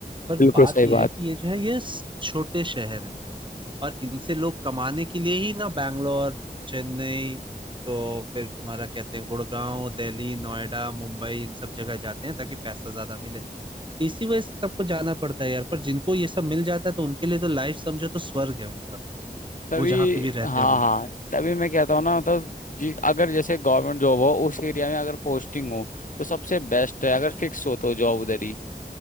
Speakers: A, on the right; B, on the left.
A: पर
B: बिल्कुल
A: बात
B: सही
A: ये है
B: बात
A: कि ये जो है ये स- छोटे शहर है और इनसे लोग कमाने के लिए ही ना बैंगलोर चेन्नई तो फिर तुम्हारा कहते हैं गुड़गांव दिल्ली नोएडा मुंबई इन सब जगह जाते हैं ताकि पैसा ज्यादा मिले तो इसी वजह से सबको जाना पड़ता है यार पर जिनको ये सब मिल जाता है तो उनके लिए तो लाइफ समझो तो स्वर्ग है उनका
B: तभी
A: वो जहाँ पे भी रहते
B: हाँ
A: होंगे
B: हाँ तभी मैं कहता हूँ ना मतलब जी अगर जैसे गवर्नमेंट जॉब हो उस एरिया में अगर पोस्टिंग हो तो सबसे बेस्ट है अगर फिक्स हो तो जॉब उधर ही